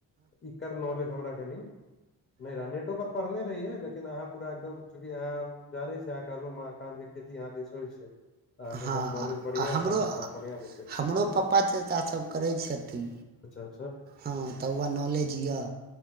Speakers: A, on the left (about 30°); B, on the right (about 25°).
A: एकर नॉलेज हमरा कनि नहि रह नेटो पर पढ़ने रहियै लेकिन अहाँ पूरा एकदम चूँकि यहाँ जाने छी अहाँ कहलहुं मखान के खेती यहाँ दिस हो छै। अहाँके
B: हँ
A: एकर नॉलेज बढ़िया
B: हॅं हमरो
A: छले तऽ अहाँ बढ़िया बतेलहुँ
B: हमरो पप्पा चाचा सब करै छथिन।
A: <unintelligible>
B: हँ तऽ वह नॉलेज यऽ।